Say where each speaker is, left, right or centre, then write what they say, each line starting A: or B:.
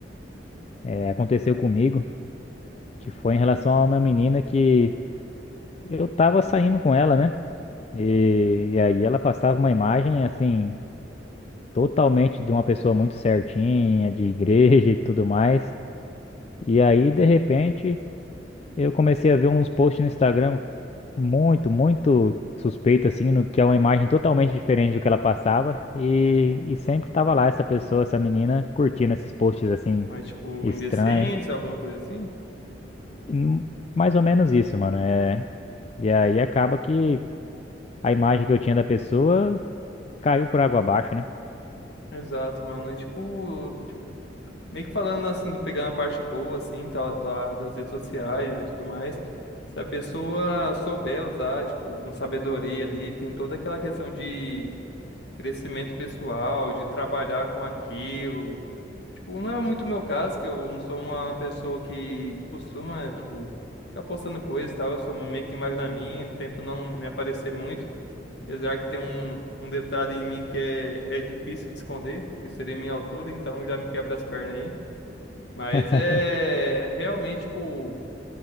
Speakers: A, on the left; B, on the left.
A: eh, aconteceu comigo, que foi em relação a uma menina que eu tava saindo com ela, né? E, e aí ela passava uma imagem, assim, totalmente de uma pessoa muito certinha, de igreja <laughs> e tudo mais. E aí, de repente, eu comecei a ver uns posts no Instagram muito, muito suspeito, assim, no que é uma imagem totalmente diferente do que ela passava. E, e sempre tava lá essa pessoa, essa menina, curtindo esses posts, assim,
B: Mas, tipo,
A: estranhos.
B: indecentes, alguma coisa assim?
A: Hum, Mais ou menos isso, mano. É... E aí acaba que a imagem que eu tinha da pessoa caiu por água abaixo, né?
B: Exato, mano. É tipo, Meio que falando assim, do pegando a parte boa, assim, tal, da- das redes sociais e tudo mais. Se a pessoa souber usar, tipo, com sabedoria ali, tem toda aquela questão de crescimento pessoal, de trabalhar com aquilo. Tipo, não é muito meu caso, que eu não sou uma pessoa que costuma, tipo, ficar postando coisas e tal. Eu sou meio que mais na minha, tento não me aparecer muito. Apesar que tem um, um detalhe em mim que é, é difícil de esconder, que seria a minha altura, então já me quebra as pernas aí. Mas
A: <laughs>
B: é realmente, tipo,